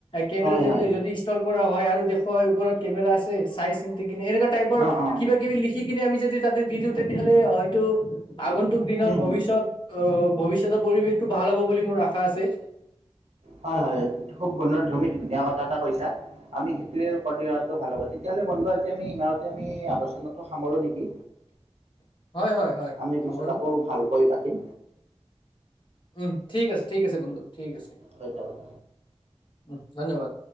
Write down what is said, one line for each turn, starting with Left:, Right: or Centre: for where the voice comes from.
Left: কেমেৰা
Right: হয়
Left: যদি
Right: হয়
Left: যদি ষ্টল কৰা হয় আৰু দেখুৱাই ওপৰত কেমেৰা আছে, চাই চিন্তি এনেকুৱা টাইপৰ
Right: অঁ অঁ
Left: কিবাকিবি লিখি কিনে আমি যদি তাতে দি দিওঁ, তেতিয়া হ'লে হয়তো, আগুন দিনত
Right: হুম
Left: ভৱিষ্যত,
Right: হুম
Left: অ', ভৱিষ্যতৰ পৰিৱেশটো ভাল হ'ব বুলি মোৰ আশা আছে।
Right: হয়, হয়। খুব সুন্দৰ ধুমি ধুনীয়া কথা এটা কৈছা, আমি সেইটোৱে কৰি আছো ভাল হব। তেতিয়া বন্ধু আজি আমি ইমানতে আমি, আলোচনাতো সামৰো নেকি!
Left: হয় হয় হয়
Right: আমি
Left: সামৰো
Right: পিছত আকৌ ভালকৈ পাতিম।
Left: উম ঠিক আছে ঠিক আছে বন্ধু ঠিক আছে
Right: ধন্যবাদ
Left: উম। ধন্যবাদ।